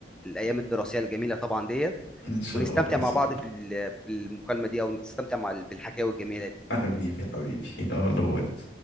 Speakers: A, in the centre; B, on the left (about 75°).
A: الايام الدراسية الجميلة طبعا ديت
B: ان شاء
A: ونستمتع
B: الله يا
A: مع
B: صديقي
A: بعض في ال- بالمكالمة دي او نستمتع مع ال- بالحكاوي الجميلة دي.
B: حبيبي حبيبي <laughs> يلا باي.